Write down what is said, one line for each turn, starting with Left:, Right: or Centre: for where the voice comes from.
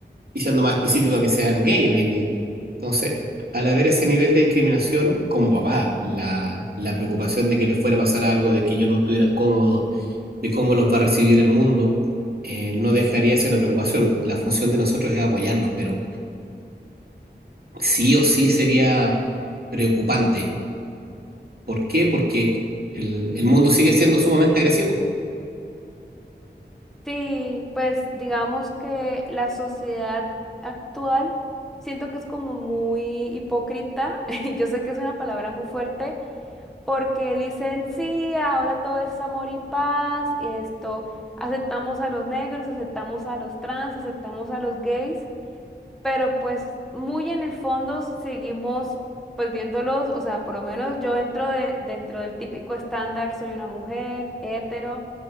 Right: y siendo más específico que sean gay hoy en día. Entonces, al haber ese nivel de discriminación, como papá, la, la preocupación de que les fuera a pasar algo, de que ellos no estuvieran cómodos, de cómo los va a recibir el mundo, eh, no dejaría de ser una preocupación. La función de nosotros es apoyarlos, pero sí o sí sería preocupante. ¿Por qué? Porque el, el mundo sigue siendo sumamente agresivo.
Centre: Sí, pues digamos que la sociedad actual siento que es como muy hipócrita. <laughs> Yo sé que es una palabra muy fuerte porque dicen, sí, ahora todo es amor y paz, esto, aceptamos a los negros, aceptamos a los trans, aceptamos a los gays pero pues muy en el fondo seguimos pues viéndolos, o sea, por lo menos yo dentro de, dentro del típico estándar soy una mujer hetero,